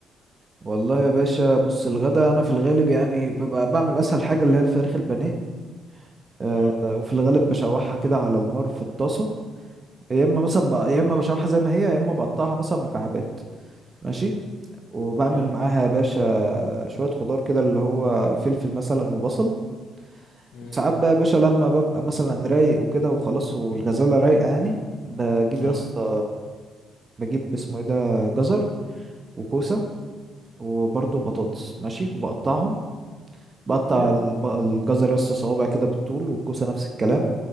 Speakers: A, on the right (about 35°); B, on the left (about 80°).
A: والله يا باشا بص الغدا انا في الغالب يعني ببقى بعمل اسهل حاجه اللي هي الفراخ البانيه أه
B: اه
A: وفي الغالب بشوحها كده على النار في الطاسه يا اما مثلا بقى يا اما بشوحها زي ما هي يا اما بقطعها مثلا مكعبات ماشي وبعمل
B: حلو
A: معاها يا باشا شوية خضار كده اللي هو فلفل مثلا وبصل
B: مم.
A: وساعات بقى يا باشا لما ببقى مثلا رايق وكده وخلاص والغزالة رايقة يعني بجيب
B: اه
A: يا اسطى بجيب اسمه ايه ده جزر وكوسة وبرضه بطاطس ماشي وبقطعهم بقطع
B: حلو
A: الب- الجزر يا اسطى صوابع كده بالطول والكوسة نفس الكلام